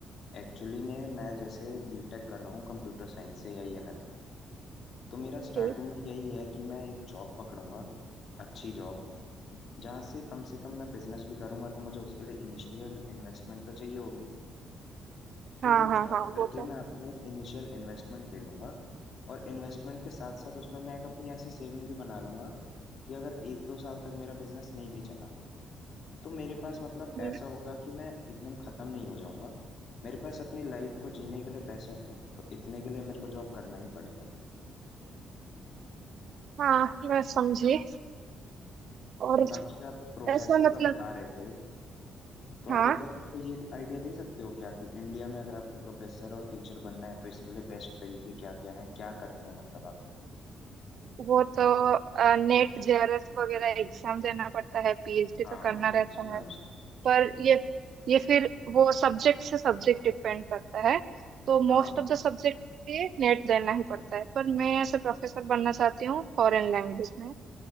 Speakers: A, on the left; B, on the right.
A: एक्चुअली में मैं जैसे बीटेक कर रहा हूँ कंप्यूटर साइंस से या ईएमएल तो मेरा स्टार्टिंग
B: ठीक
A: में यही है कि मैं एक जॉब पकड़ूंगा अच्छी जॉब हम्म, जहाँ से कम से कम मैं बिजनेस भी करूंगा तो मुझे उसके लिए इनिशियल इन्वेस्टमेंट तो चाहिए होगी तो
B: हाँ
A: वो
B: हाँ
A: जॉब
B: हाँ
A: करके
B: वो तो
A: मैं अपनी एक इनिशियल इन्वेस्टमेंट ले लूंगा और इन्वेस्टमेंट के साथ साथ उसमें मैं एक अपनी ऐसी सेविंग भी बना लूंगा कि अगर एक दो साल तक मेरा बिजनेस नहीं भी चला तो मेरे पास मतलब
B: हम्म,
A: ऐसा होगा कि मैं एकदम खत्म नहीं हो जाऊंगा मेरे पास अपनी लाइफ को जीने के लिए पैसे हों तो इतने के लिए मेरे को जॉब करना ही पड़ेगा
B: हाँ मैं समझी और
A: बाकी आप प्रोफेसर
B: ऐसा मतलब
A: का बता रहे थे तो आप
B: हाँ
A: एक बार मुझको ये आइडिया दे सकते हो क्या कि इंडिया में अगर आपको प्रोफेसर और टीचर बनना है तो इसके लिए बेस्ट तरीके क्या क्या हैं क्या करते हैं मतलब आगे
B: वो तो नेट जेआरएफ वगैरह एग्जाम देना पड़ता है पीएचडी
A: हाँ
B: तो करना
A: मैंने
B: रहता
A: सुना
B: है
A: है उसका
B: पर ये ये फिर वो सब्जेक्ट से सब्जेक्ट डिपेंड करता है तो मोस्ट
A: हाँ
B: ऑफ द सब्जेक्ट के लिए नेट देना ही पड़ता है पर मैं ऐसे प्रोफेसर बनना चाहती हूँ फॉरेन लैंग्वेज में